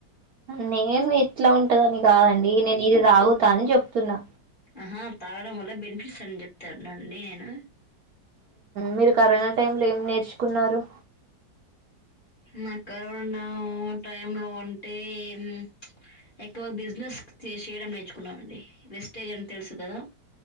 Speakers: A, on the right (about 60°); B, on the left (about 30°).
A: నే మీ ఇట్లా ఉంటదని కాదండి నేను ఇది తాగుతా అని చెప్ తున్నా
B: అహా తాగడం వల్ల బెనిఫిట్స్ అని చెప్ తారు నను నేను
A: మీరు కరోనా టైమ్ లో ఏం నేర్చుకున్నారు
B: మ కరోనా టైమ్ లో అంటే ఉమ్ ఎక్కువ బిజినెస్ చేసేయడం నేర్చుకున్నామండి వెస్టేజ్ అని తెలుసు కదా